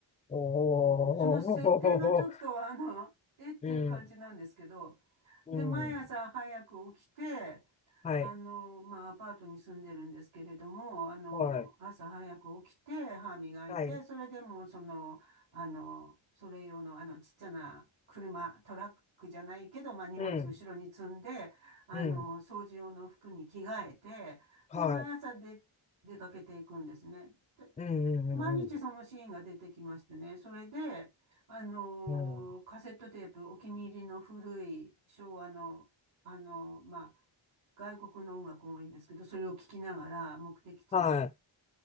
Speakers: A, on the left (about 15°); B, on the right (about 85°).
A: おおー。
B: うん、その設定がちょっと、あの、えっていう感じなんですけど、
A: うん。うん。
B: で、毎朝早く起きて、
A: はい。
B: あの、まあ、アパートに住んでるんですけれども、あの、
A: はい。
B: 朝早く起きて、歯磨いて、
A: はい。
B: それでも、その、あの、それ用の、あの、ちっちゃな車、トラックじゃないけど、まあ、荷物後ろに積んで、
A: うん。
B: あの、
A: うん。
B: 掃除用の服に着替えて、
A: はい。
B: で、毎朝で、出かけていくんですね。
A: うんうんうんうん。
B: 毎日そのシーンが出てきましてね。それで、あのーカセットテープ、
A: うん。
B: お気に入りの古い昭和の、あのーまあ、外国の音楽多いんですけど、それを聞きながら目的地に、
A: はい。